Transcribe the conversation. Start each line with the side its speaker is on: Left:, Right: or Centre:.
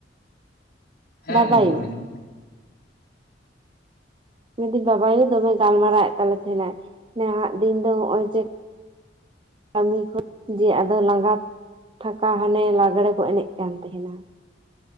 Left: ᱦᱮᱸ
Right: ᱵᱟᱵᱟᱭᱩ
Left: ᱟᱸᱡᱚᱢᱚᱜ ᱠᱟᱱᱟ ᱟᱸᱡᱚᱢᱚᱜ ᱠᱟᱱᱟ
Right: ᱢᱮᱱᱫᱟᱹᱧ ᱵᱟᱵᱟᱭᱩ ᱫᱚᱢᱮ ᱜᱟᱞᱢᱟᱨᱟᱣᱮᱫ ᱛᱟᱞᱮ ᱛᱟᱦᱮᱸᱱᱟᱭ ᱱᱟᱦᱟᱜ ᱫᱤᱱ ᱫᱚ ᱱᱚᱜ-ᱚᱭ ᱡᱮ ᱠᱟᱹᱢᱤ ᱠᱷᱚ ᱡᱮ ᱟᱫᱚ ᱞᱟᱸᱜᱟ ᱛᱷᱟᱠᱟ ᱦᱟᱱᱮ ᱞᱟᱜᱽᱲᱮ ᱠᱚ ᱮᱱᱮᱡ ᱠᱟᱱ ᱛᱟᱦᱮᱱᱟ᱾